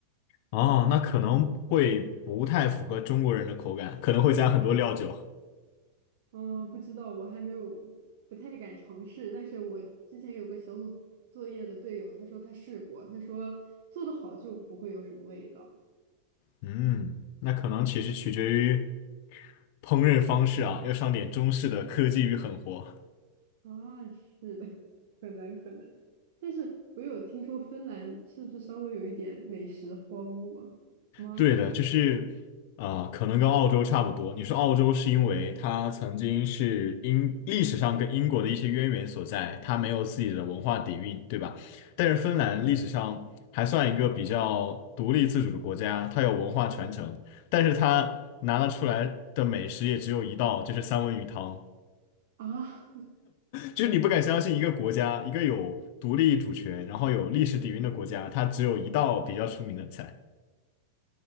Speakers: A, on the left; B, on the right.
A: 哦，那可能会不太符合中国人的口感，可能会加很多料酒。
B: 嗯，不知道，我还没有，不太敢尝试。但是我之前有个小组作业的队友，他说他试过，他说做的好就不会有什么味道
A: 嗯，那可能其实取决于烹饪方式啊，要上点中式的科技与狠活。
B: 啊。是的，可能可能。但是我有听说芬兰是不是稍微有一点美食荒漠吗？
A: 对的，就是啊、可能跟澳洲差不多。你说澳洲是因为它曾经是英历史上跟英国的一些渊源所在，它没有自己的文化底蕴，对吧？但是芬兰历史上还算一个比较独立自主的国家，它有文化传承，但是它拿得出来的美食也只有一道，就是三文鱼汤。
B: 啊，<laughs>
A: 就是你不敢相信一个国家，一个有独立主权，然后有历史底蕴的国家，它只有一道比较出名的菜。